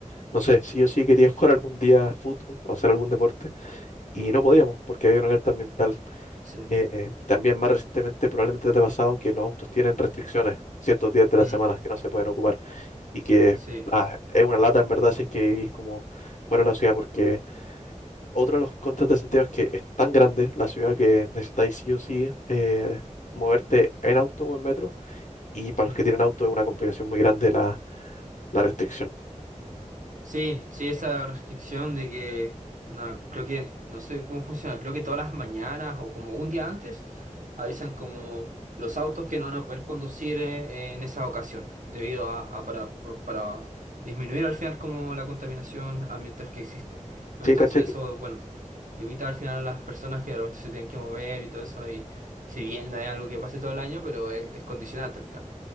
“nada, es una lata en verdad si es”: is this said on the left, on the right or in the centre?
Left